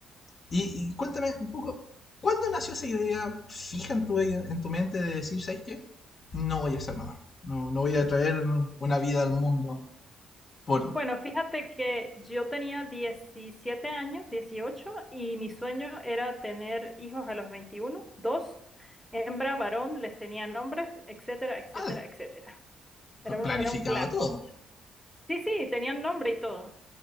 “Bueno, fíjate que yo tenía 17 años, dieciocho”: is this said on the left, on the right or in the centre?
Centre